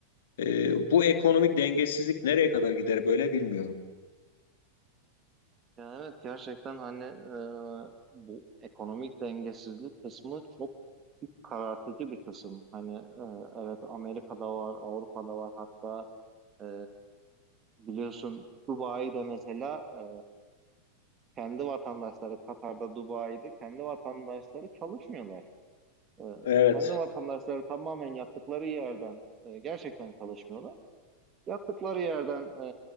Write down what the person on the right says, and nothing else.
Ya evet gerçekten hani e, bu ekonomik dengesizlik kısmı çok iç karartıcı bir kısım. Hani e, evet Amerika'da var, Avrupa'da var hatta e, biliyorsun Dubai'de mesela e, kendi vatandaşları Katar'da, Dubai'de kendi vatandaşları çalışmıyorlar. E,
kendi vatandaşları tamamen yaptıkları yerden e, gerçekten çalışmıyorlar. Yaptıkları yerden e,